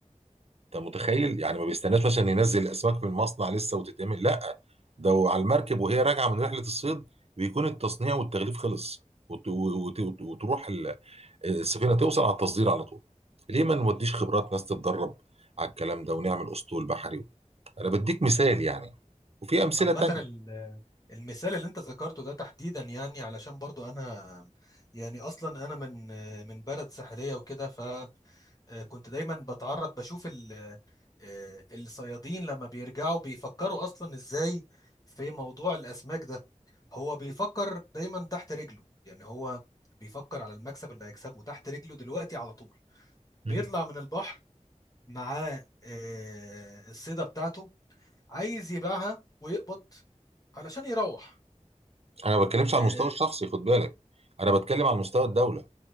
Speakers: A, on the right; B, on the left.
A: انت متخيل يعني ما بيستناش مثلا ينزل الاسماك من المصنع لسه وتتعمل لا ده على المركب وهي راجعه من رحله الصيد بيكون التصنيع والتغليف خلص وت- وت- وت- وتروح ال- السفينه توصل على التصدير على طول ليه ما نوديش خبرات ناس تتدرب على الكلام ده ونعمل اسطول بحري انا بديك مثال يعني وفي امثله
B: عامة
A: تانية
B: ال- المثال اللي انت ذكرته ده تحديدا يعني علشان برضو انا يعني اصلا انا من من بلد ساحلية وكده آه، كنت دايما بتعرض بشوف ال- آه، الصيادين لما بيرجعوا بيفكروا اصلا ازاي في موضوع الاسماك ده هو بيفكر دايما تحت رجله يعني هو بيفكر على المكسب اللي هيكسبه تحت رجله دلوقتي على طول
A: م?
B: بيطلع من البحر معاه آه، الصيدة بتاعته عايز يبيعها ويقبض علشان يروح
A: انا ما بتكلمش
B: آه،
A: على المستوى الشخصي خد بالك انا بتكلم على مستوى الدوله